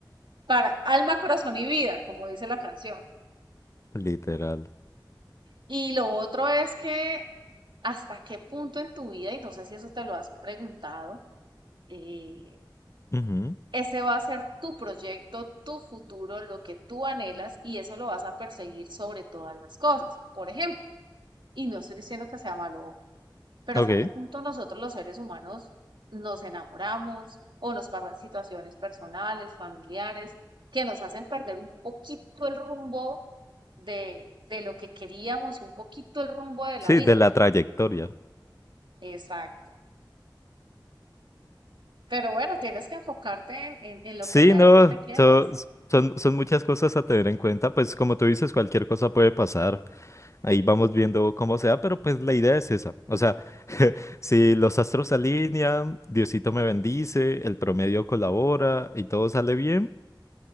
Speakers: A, on the right; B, on the left.
A: para alma, corazón y vida, como dice la canción.
B: literal.
A: Y lo otro es que hasta qué punto en tu vida, y no sé si eso te lo has preguntado, eh,
B: ujú,
A: ese va a ser tu proyecto, tu futuro, lo que tú anhelas y eso lo vas a perseguir sobre todas las cosas. Por ejemplo, y no estoy diciendo que sea malo, Pero
B: Ok,
A: hasta qué punto nosotros los seres humanos nos enamoramos o nos pasan situaciones personales, familiares, que nos hacen perder un poquito el rumbo de, de lo que queríamos y un poquito el rumbo de la
B: sí,
A: vida.
B: de la trayectoria.
A: Exacto. Pero bueno, tienes que enfocarte en, en- en lo
B: Sí,
A: que realmente
B: no,
A: quieres.
B: so- son, son muchas cosas a tener en cuenta, pues como tú dices, cualquier cosa puede pasar, ahí vamos viendo cómo sea, pero pues la idea es esa, o sea, <laughs> si los astros se alinean, Diosito me bendice, el promedio colabora y todo sale bien,